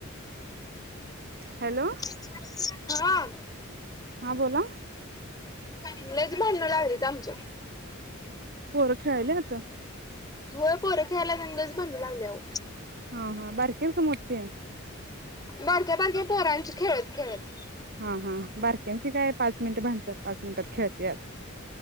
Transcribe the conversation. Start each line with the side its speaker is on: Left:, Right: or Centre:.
Right: हॅलो.
Left: हा.
Right: हा बोला
Left: लयचं भांडणच लागलीत आमच्यात.
Right: पोरं खेळायला आत.
Left: होय, पोरं खेळायत म्हणूनच लय भांडण लागलीत, अहो.
Right: हा-हा, बारकी आहेत का मोठी?
Left: बारक्या-बारक्या पोरांची खेळत-खेळत
Right: हा-हा बारक्यांची काय पाच मिनटं भांडतात पाच मिनिटात खेळत्यात